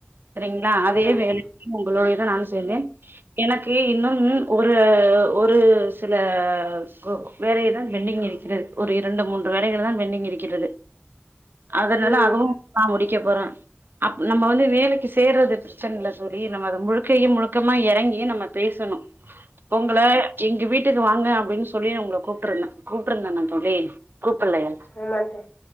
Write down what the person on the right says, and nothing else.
சரிங்களா அதே
வேலைக்கு உங்களோடையதான் நானும் சேந்தேன் எனக்கு இன்னும் ஒரு ஒரு சில ஸ்கூ வேலைக தான் பெண்டிங் இருக்கிறது ஒரு இரண்டு மூன்று வேலைகள் தான் பெண்டிங் இருக்கிறது அது நல்லாகவு
நா முடிக்க போற அப் நம்ம வந்து வேலைக்கு சேர்றது பிரச்சன இல்ல தோழி நம்ம அத முழு க்கையும் முழுக்கமா எறங்கி நம்ம பேசணு உங்கள எங்க வீட்டுக்கு வாங்க அப்டின் சொல்லி உங்கள கூப்ட்டுருந்தே கூப்ட்ருந்தன்னன் தோழி கூப்பல்லயா